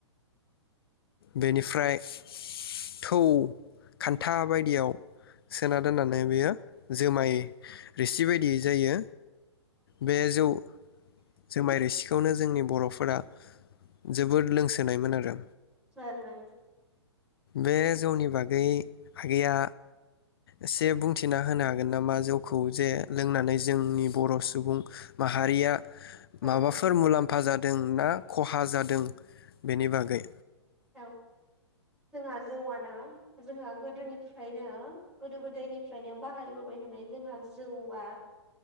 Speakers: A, on the left (about 55°); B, in the centre.
A: बेनिफ्राय थौ खान्था बायदियाव सोना दोननानै बेयो जोमाय रिसि बायदियै जायो बे जौ जुमाय रोसिखौनो जोंनि बर <unintelligible> जोबोद लोंसोनायमोन आरो
B: <unintelligible>
A: बे जौनि बागै आगैया एसे बुंथिना होनो हागोन नामा जौखौ जे लोंनानै जोंनि बर सुबुं माहारिया
B: ओं
A: माबाफोर
B: औ
A: मुलाम्फ मुलाम्फा जादों ना खहा जादों बेनि बागै
B: औ जोंहा जौआना जोंहा गोदोनिफ्रायनो गोदो गोदायनिफ्रायनो बाहायबोबाय थानाय जोंहा जौआ